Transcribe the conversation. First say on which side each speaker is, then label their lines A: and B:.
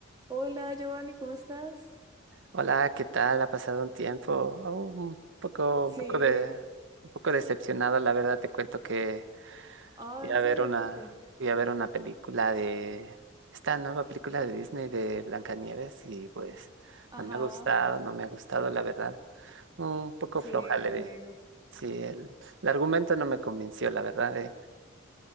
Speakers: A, on the right; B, on the right.
A: Hola Giovanni, ¿cómo estás?
B: Hola, ¿qué tal? Ha pasado un tiempo. Oh, un poco,
A: Sí.
B: un poco de, un poco decepcionado, la verdad. Te cuento que
A: Ah,
B: fui
A: ¿en
B: a
A: serio?
B: ver una,
A: ¿Por qué?
B: fui a ver una película de esta nueva película de Disney de Blancanieves y pues
A: Ajá,
B: no me ha gustado, no me ha gustado, la verdad. Un poco
A: sí,
B: floja
A: me
B: le
A: imagino.
B: vi. Sí, el, el argumento no me convenció, la verdad. eh.